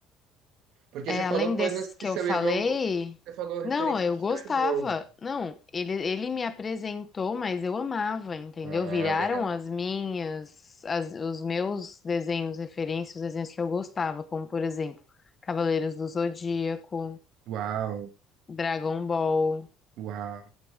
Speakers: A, on the right; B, on the left.
A: Porque
B: é,
A: você
B: além
A: falou coisas
B: desses
A: que
B: que
A: seu
B: eu falei,
A: irmão. go- Você falou referências
B: não, eu
A: do
B: gostava.
A: seu irmão.
B: Não, ele, ele me apresentou, mas eu amava, entendeu?
A: Ah,
B: Viraram
A: legal.
B: as minhas, as- os meus desenhos, referências, os desenhos que eu gostava, como, por exemplo, Cavaleiros do Zodíaco.
A: Uau,
B: Dragon Ball.
A: uau.